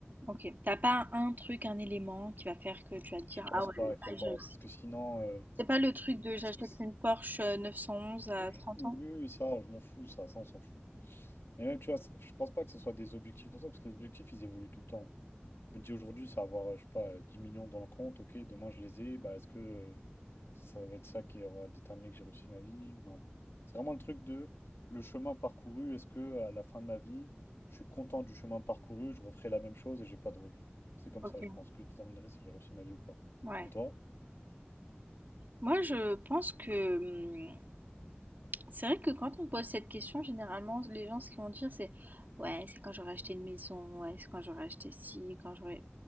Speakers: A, on the right; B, on the left.
A: Ok. T'as pas un truc, un élément qui va faire que tu vas te dire
B: Je pense
A: Ah ouais,
B: pas,
A: là,
B: il faut pas,
A: j'ai réussi.
B: parce que sinon, euh,
A: C'est pas le truc de j'achète
B: parce que c-
A: une Porsche 911 à
B: oui,
A: trente
B: oui,
A: ans?
B: oui, oui, ça, je m'en fous, ça, ça, on s'en fout. Mais même, tu vois, c'est- je pense pas que ce soit des objectifs comme ça, parce que les objectifs, ils évoluent tout le temps. Je me dis aujourd'hui, ça va avoir, euh, je sais pas, euh, 10 millions dans le compte, ok, demain je les ai, bah est-ce que euh, ça va être ça qui aura déterminé que j'ai réussi ma vie? Non. C'est vraiment le truc de le chemin parcouru, est-ce que à la fin de ma vie, je suis content du chemin parcouru, je referai la même chose et j'ai pas de regrets. C'est comme
A: Ok.
B: ça, je pense que je déterminerai si j'ai réussi ma vie ou pas.
A: Ouais.
B: Et toi?
A: Moi, je pense que hum, C'est vrai que quand on pose cette question, généralement, les gens, ce qu'ils vont dire, c'est ouais, c'est quand j'aurai acheté une maison, ouais, c'est quand j'aurai acheté ci, quand j'aurai.